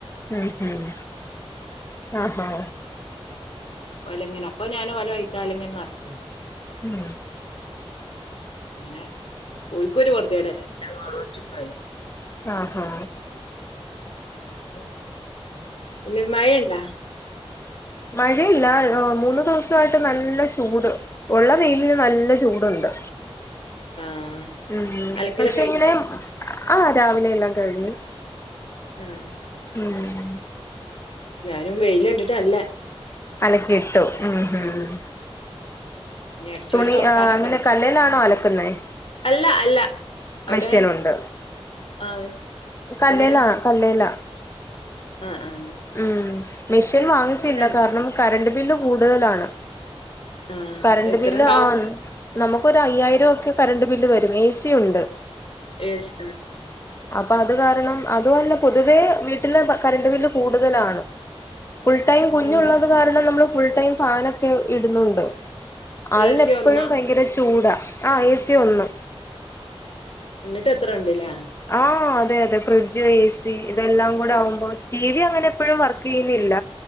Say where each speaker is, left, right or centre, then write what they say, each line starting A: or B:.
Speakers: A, on the left (about 25°); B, on the left (about 65°).
A: ഉം ഹം ആഹഹ
B: ഒലങ്ങനെ അപ്പൊ ഞാൻ ഓല വൈത്താലെങ്ങനെ നടക്കും
A: ഉം
B: ഇന ഒരിക്കൊരു പൊറുതേടന്നെല്ലെ ച്ചിപ്പായി
A: ആഹഹ
B: ഉ പിന്നെ മയണ്ട
A: മഴയില്ല മൂന്ന്ദിവസായിട്ട് നല്ല ചൂട് ഉള്ള വെയിലിന് നല്ല ചൂടുണ്ട്
B: ആഹ്
A: ഉ
B: അലക്കലൊക്കെ
A: പക്ഷെ
B: കഴിഞ്ഞാ
A: ഇങ്ങനെ ആഹ രാവിലെ എല്ലാം കഴിഞ്ഞു
B: ഉം
A: ഉം
B: ഞാനും വെയില് കണ്ടിട്ട അല്ല
A: അലക്കിട്ടു ഉം ഉം
B: ഇനി അടിച്ചോരി
A: തുണി
B: തൊടക്കാനൊക്കെ
A: ആ അങ്ങനെ
B: ഇണ്ട്
A: കല്ലലാണോ അലക് <unintelligible>
B: അല്ല അല്ല. അവിടെ
A: മിഷൻ ഉണ്ട്
B: ആഹ്
A: കല്ലേലാ
B: അവിടെ
A: കല്ലല്ല
B: ആഹ് ആഹ്.
A: ഉം മെഷീൻ വാങ്ങിച്ചില്ല
B: ര
A: കാരണം കറണ്ട് ില് കൂടുതലാണ്
B: ആഹ്
A: കറണ്ട്
B: എത്രണ്ടാവും?
A: ല്ല ആൺ നമുക്കൊ അയ്യായിരം ഒക്കെ കറണ്ട് ബില്ല് വരും ഏ സി ഉണ്ട്
B: എ. സി
A: പത് കാരണം അതുന്നെ പൊതുവേ വീട്ടിലെ കറണ്ട് ബില് കൂടുതലാണ് ഫുൾ ടൈം
B: ആഹ്
A: കുഞ്ഞുള്ളത്
B: എന്താ
A: കാരണം നമ്മൾ ഫുൾ ടൈം ഫാനൊക്കെ ഇടുന്നുണ്ട് ആളിനെപ്പഴും
B: ഏ സി ഒന്നാ?
A: ഭയങ്കര ചൂടാ ആഹ് ഏസി ഒന്ന്
B: എത്ര ഇണ്ട്ല്ലേ
A: ആഹ് അതെ അതെ ഫ്രിഡ്ജ് എ സി ഇതെല്ലാം കൂടെ ആവുമ്പോൾ ടി വി അങ്ങനെ എപ്പോഴും വർക്ക് യ്യലില്ല